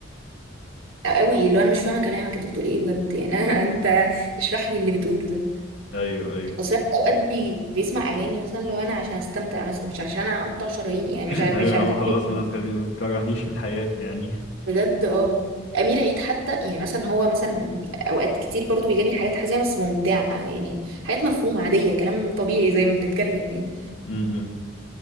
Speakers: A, on the right; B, on the left.
A: <laughs> أوي اللي هو أنا مش فاهمة كلامك أنت بتقول إيه بجد يعني أنا <laughs> أنت اشرح لي اللي بتقوله ده
B: ايوه ايوه
A: بس الواحد أوقات بي... بيسمع أغاني مثلا لو أنا عشان أستمتع مثلا مش عشان أقطع شرايين يعني
B: <laughs>
A: مش ع- مش
B: ايوه يا
A: ع-
B: عم
A: مش
B: خلاص
A: عامل ده.
B: ما تخليني ما تكرهنيش في الحياة يعني
A: بجد اه أمير عيد حتى يعني مثلا هو مثلا أوقات كتير برضو بيغني حاجات حزينة بس ممتعة يعني حاجات مفهومة عادية كلام طبيعي زي ما بنتكلم يعني
B: <laughs> امم